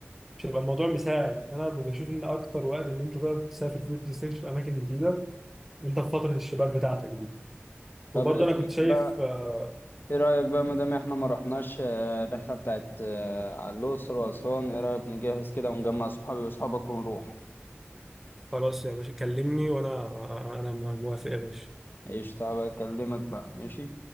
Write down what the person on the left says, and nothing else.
طب
إيه رأيك
بقى
إيه رأيك بقى مادام إحنا ما رحناش آه، الرحلة بتاعت آه، على الأقصر وأسوان إيه رأيك نجهز كده ونجمع صحابي وأصحابك ونروح
ايش تعالى اكلمك بقى ماشي